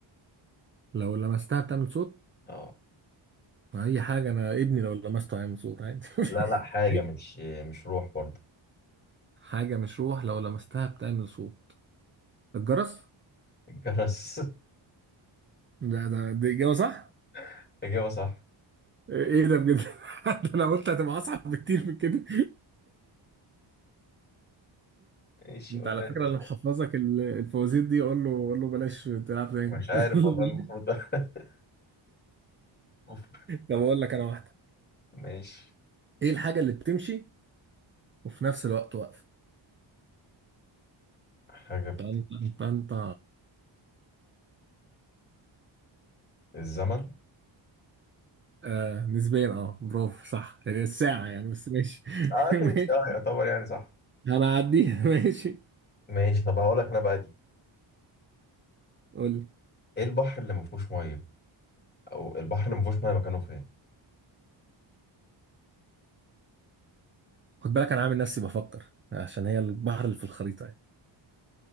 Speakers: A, on the right; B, on the left.
A: لو لمستها بتعمل صوت
B: اه
A: اي حاجه انا ابني لو لمسته هيعمل صوت عادي
B: لا لا حاجة
A: <laughs>
B: مش مش روح برضه
A: حاجه مش روح لو لمستها بتعمل صوت الجرس
B: الجرس
A: ده ده دي اجابه صح
B: <laughs> إجابة صح
A: ايه ده بجد <laughs> ده انا قلت هتبقى اصعب بكتير من كده
B: ماشي
A: انت
B: قول
A: على
B: لي انت
A: فكره
B: صح.
A: اللي محفظك ال- الفوازير دي قول له قول له بلاش تلعب تاني
B: مش عارف
A: <laughs> قول
B: والله
A: له بلاش.
B: المفروض <laughs> أوف.
A: طب اقول لك انا واحده
B: ماشي
A: ايه الحاجه اللي بتمشي وفي نفس الوقت واقفه
B: حاجة بتمشي
A: انت انت
B: الزمن
A: آه نسبيا اه برافو صح هي الساعه يعني بس ماشي <laughs>
B: اه تمشي
A: ماشي
B: اه يعتبر يعني صح
A: انا هعديها <laughs> ماشي
B: ماشي طب هقول لك انا بقى دي
A: قول لي
B: ايه البحر اللي ما فيهوش ميه او البحر اللي ما فيهوش ميه مكانه فين
A: خد بالك انا عامل نفسي بفكر عشان هي البحر اللي في الخريطه يعني.